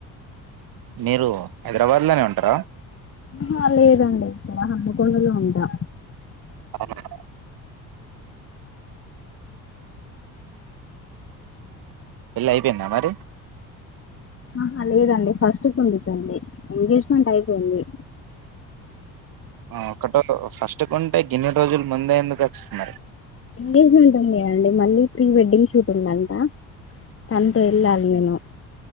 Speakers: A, on the right; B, on the left.
A: మీరు హైదరాబాద్ లోనే ఉంటారా
B: ఆహా లేదండి ఇక్కడ హనుమకొండలో ఉంటా
A: అవును పెళ్లి అయిపోయిందా మరి
B: ఆహా లేదండి ఫస్ట్కి ఉంది పెళ్లి ఎంగేజ్మెంట్ అయిపోయింది.
A: ఆ ఒకట ఫస్ట్ కొంటే గిన్నె రోజులు ముందే ఎందుకు వచ్చినారు
B: ఎంగేజ్మెంట్ ఉంది కదండీ మళ్ళీ ప్రీ వెడ్డింగ్ షూట్ ఉందంట తనతో ఎళ్లాలి నేను